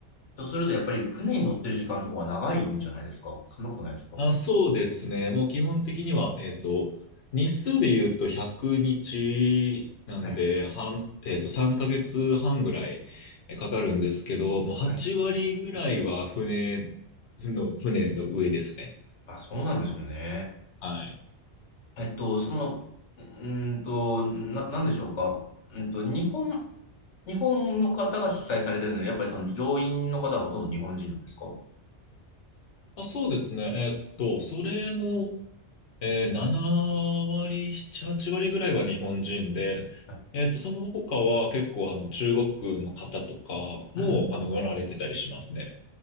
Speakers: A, on the left; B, on the left.
A: とすると、やっぱり船に乗ってる時間の方が長いんじゃないですか。そんなことないですか。
B: あ、そうですね。もう基本的には、えっと、日数で言うと100日なんで、
A: はい。
B: 半、えっと、3ヶ月半ぐらいえかかるんですけど、もう8割ぐらいは船
A: はい。
B: の、船の上ですね。
A: あ、そうなんですね。
B: はい。
A: えっと、その、うーんと、な、なんでしょうか。うんと、日本、日本の方が主催されてるので、やっぱりその乗員の方はほとんど日本人なんですか。は
B: あ、そうですね。えっと、それも、えー、7割、7、8割ぐらいは日本人で、
A: い。
B: えっと、その他は結構あの中国の方とかもあの乗られてたりしますね。
A: うん。